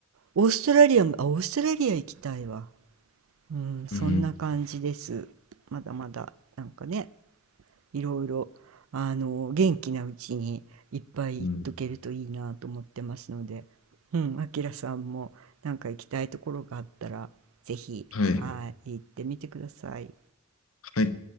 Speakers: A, on the right (about 75°); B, on the left (about 75°).
A: オーストラリアも、あ、オーストラリア行きたいわ。うん、そんな感じです。
B: うん、
A: まだまだ、なんかね、いろいろ、あの、元気なうちにいっぱい行っとけるといいなと思ってますので、
B: うん。
A: うん、あきらさんも、なんか行きたいところがあったら、ぜひ、
B: はい、
A: はい、行ってみてください。
B: 入っ